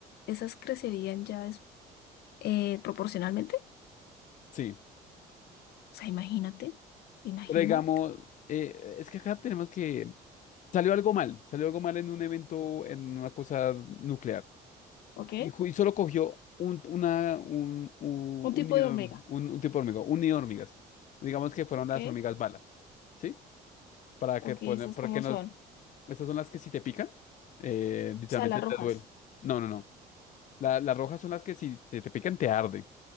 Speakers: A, on the left; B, on the left.
A: Esas crecerían ya es- eh, proporcionalmente.
B: sí.
A: O sea, imagínate, imagínate.
B: Pero digamos, eh, es que acá tenemos que... Salió algo mal, salió algo mal en un evento, en una cosa nuclear.
A: ¿Ok?
B: Y, ju- y solo cogió un, una, un, un,
A: Un
B: un
A: tipo
B: nido
A: de hormiga.
B: de horm- un- un tipo de hormiga, un nido de hormigas. Digamos que fueron
A: ¿Ok?
B: las hormigas balas, ¿sí? Para
A: Ok,
B: que poner,
A: esas
B: para
A: como
B: que no,
A: son.
B: estas son las que si te pican, eh, literalmente
A: O sea, las rojas.
B: te duele. No, no, no. La- las rojas son las que si te, te pican te arde.